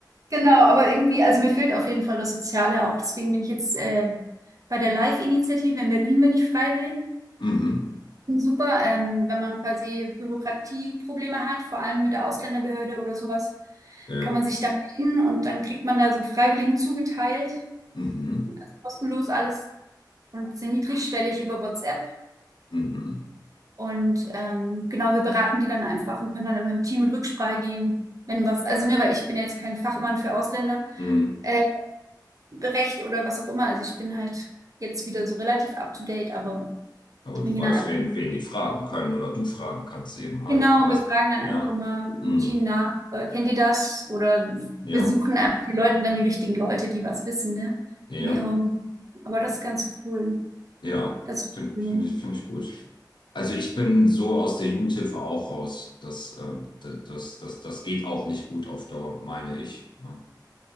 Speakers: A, on the right; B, on the left.
A: genau, aber irgendwie, also mir fehlt auf jeden Fall das Soziale auch. Deswegen bin ich jetzt äh, bei der Live-Initiative in Berlin bin ich freiwillig.
B: Mhm.
A: Super, ähm, wenn man quasi Bürokratieprobleme hat, vor allem mit der Ausländerbehörde oder sowas,
B: Ja.
A: kann man sich da hin und dann kriegt man da so einen Freiwilligen zugeteilt,
B: Mhm.
A: also kostenlos alles und sehr niedrigschwellig über WhatsApp.
B: Mhm.
A: Und ähm, genau, wir beraten die dann einfach und können dann immer im Team in Rücksprache gehen, wenn was, also ne, weil ich bin ja jetzt kein Fachmann für Ausländer,
B: Mhm.
A: äh, Recht oder was auch immer. Also ich bin halt jetzt wieder so relativ up to date, aber
B: Aber
A: wir
B: du
A: gehen
B: weißt,
A: dann einfach
B: wen,
A: mit.
B: wen die fragen können oder du fragen kannst eben halt.
A: Genau,
B: Aber
A: wir
B: es,
A: fragen dann
B: ja.
A: einfach immer im
B: Mhm.
A: Team nach, äh, kennt ihr das? Oder
B: Ja.
A: wir suchen einfach die Leute dann die richtigen Leute, die was wissen, ne?
B: Ja.
A: In ihrem, aber das ist ganz cool.
B: Ja,
A: Das,
B: finde
A: mhm.
B: find find ich, finde ich gut. Also ich bin so aus der Jugendhilfe auch raus. Das, ähm, das, das, das, das geht auch nicht gut auf Dauer, meine ich, ne?